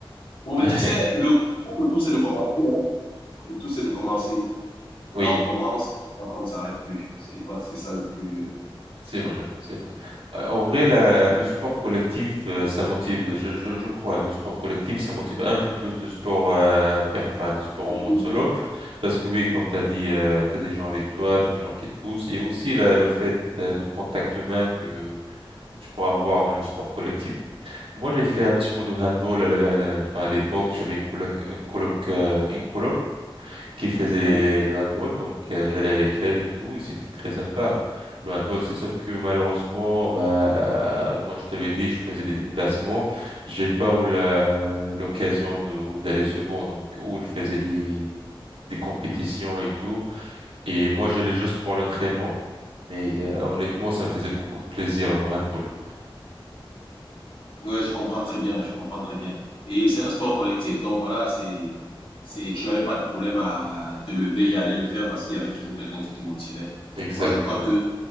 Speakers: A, on the left; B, on the right.
A: Bon,
B: <laughs>
A: mais tu sais, le, le tout, c'est de commencer. hein. Le tout, c'est de commencer. Quand
B: Oui.
A: on commence, on ne s'arrête plus. C'est, je crois que c'est ça le plus...
B: C'est vrai, c'est vrai. Euh, En vrai, la- le sport collectif, euh, ça motive, je, je, je crois, le sport collectif, ça motive un peu plus de sport, euh, per, enfin, de sport en
A: euh,
B: mode solo. Parce que oui, comme tu as dit, tu as des gens avec toi, tu as des gens qui te poussent. Et aussi la- le fait euh, de contact humain que, que tu pourras avoir dans le sport collectif. Moi, j'ai fait un petit peu de handball à la- à la- enfin, à l'époque. J'avais une coloc, une coloc, euh, une coloc qui faisait
A: Oui.
B: le handball, donc euh, j'allais avec elle et tout, et c'était très sympa. Le handball, c'est sauf que malheureusement, bah, quand je t'avais dit, je faisais des déplacements, j'ai pas eu la- l'occasion de d'aller souvent, donc où elle faisait des des compétitions et tout, et moi j'allais juste pour l'entraînement. Mais euh, honnêtement, ça me faisait beaucoup de plaisir le handball.
A: Ouais, je comprends très bien, je comprends très bien. Et c'est un sport collectif, donc voilà, c'est, c'est, tu n'avais pas de problème à te lever et aller le faire parce qu'il y avait toujours quelqu'un qui te motivait.
B: Exactement.
A: Moi, je crois que